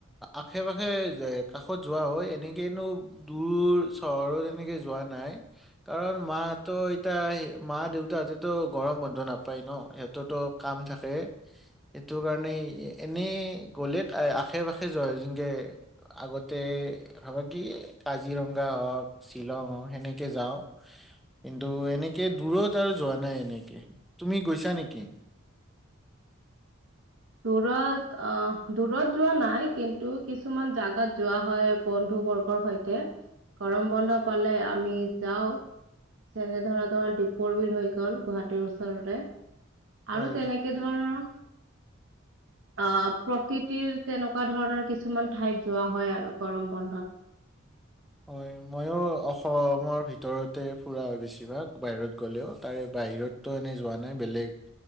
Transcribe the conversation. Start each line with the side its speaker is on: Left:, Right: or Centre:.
Centre: আশে পাশে কাষত যোৱা হয় এনেকেনো দূৰ চহৰত এনেকে যোৱা নাই কাৰণ মাহঁতৰ এতয়া মা দেউতাহঁতেতো গৰম বন্ধ নাপায় ন সিহঁততো কাম থাকে এইটো কাৰণে এনেই গলে আশে পাশে যোৱা যেনেকে আগতে ভাবা কি কাজিৰঙা হওঁক শ্বিলং হওঁক সেনেকে যাও কিন্তু এনেকে দূৰত আৰু যোৱা নাই এনেকে তুমি গৈছা নেকি
Right: দূৰত আহ দূৰত যোৱা নাই কিন্তু কিছুমান জাগাত যোৱা হয় বন্ধু বৰ্গৰ সৈতে গৰম বন্ধ পালে আমি যাও যেনে ধৰা তোমাৰ দীপৰ বিল হৈ গল গুৱাহাটীৰ ওচৰতে
Centre: হয়
Right: আৰু তেনেকে ধৰণৰ আহ প্ৰকৃতিৰ তেনেকুৱা ধৰণৰ কিছুমান ঠাইত যোৱা হয় আৰু গৰম বন্ধত
Centre: হয় ময়ো অসম অসমৰ ভিতৰতে ফুৰা হয় বেছিভাগ বাহিৰত গ'লেও তাৰে বাহিৰতটো এনে যোৱা নাই বেলেগ